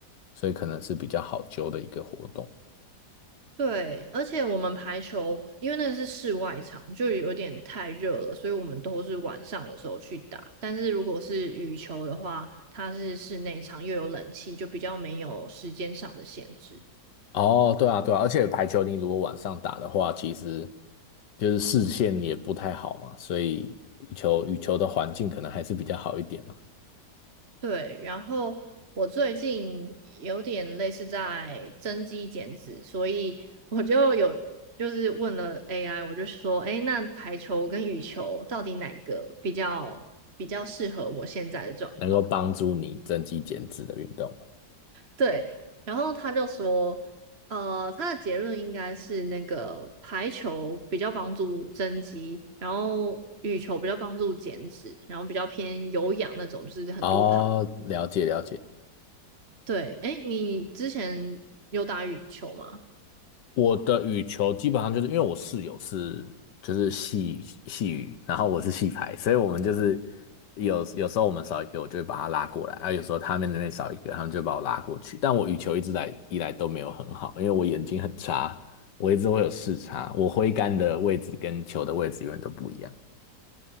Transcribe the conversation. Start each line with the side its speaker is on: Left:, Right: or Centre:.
Left: 所以可能是比较好揪的一个活动。
Right: 对，而且我们排球，因为那个是室外场，就有点太热了，所以我们都是晚上的时候去打。但是如果是羽球的话，它是室内场，又有冷气，就比较没有时间上的限制。
Left: 哦，对啊，对啊，而且排球你如果晚上打的话，其实就是视线也不太好嘛，所以羽球羽球的环境可能还是比较好一点嘛，
Right: 对，然后我最近有点类似在增肌减脂，所以我就有就是问了 AI，我就说，哎，那排球跟羽球到底哪个比较比较适合我现在的状况？
Left: 能够帮助你增肌减脂的运动。
Right: 对，然后他就说，呃，他的结论应该是那个排球比较帮助增肌，然后羽球比较帮助减脂，然后比较偏有氧那种，就是很多跑。
Left: 哦，了解了解。
Right: 对，哎，你之前有打羽球吗？
Left: 我的羽球基本上就是因为我室友是就是系系羽，然后我是系排，所以我们就是有有时候我们少一个，我就会把他拉过来，啊，有时候他们那边少一个，他们就把我拉过去。但我羽球一直来以来都没有很好，因为我眼睛很差，我一直会有视差，我挥杆的位置跟球的位置永远都不一样。